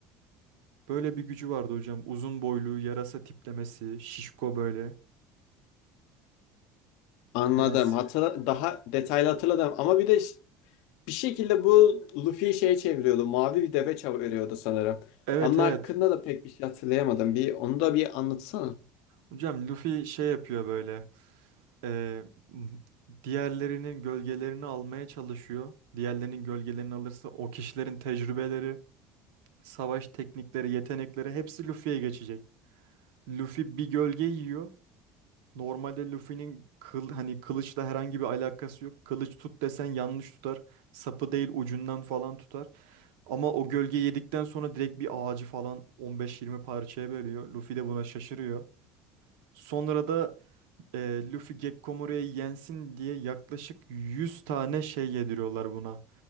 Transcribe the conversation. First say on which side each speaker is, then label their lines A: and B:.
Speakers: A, on the right (about 85°); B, on the left (about 75°).
A: Böyle bir gücü vardı hocam. Uzun boylu, yarasa tiplemesi, şişko böyle.
B: Anladım.
A: Biraz
B: Hatırla, daha detaylı hatırladım ama bir de ş- bir şekilde bu Luffy'yi şeye çeviriyordu. Mavi bir deve çeviriyordu sanırım.
A: Evet
B: Onun
A: evet.
B: hakkında da pek bir şey hatırlayamadım. Bir onu da bir anlatsana.
A: Hocam Luffy şey yapıyor böyle. e, m- diğerlerinin gölgelerini almaya çalışıyor. Diğerlerinin gölgelerini alırsa o kişilerin tecrübeleri, savaş teknikleri, yetenekleri hepsi Luffy'ye geçecek. Luffy bir gölge yiyor. Normalde Luffy'nin kıl, hani kılıçla herhangi bir alakası yok. Kılıç tut desen yanlış tutar. Sapı değil ucundan falan tutar. Ama o gölge yedikten sonra direkt bir ağacı falan 15-20 parçaya bölüyor. Luffy de buna şaşırıyor. Sonra da e, Luffy Gekkomoru'ya yensin diye yaklaşık 100 tane şey yediriyorlar buna.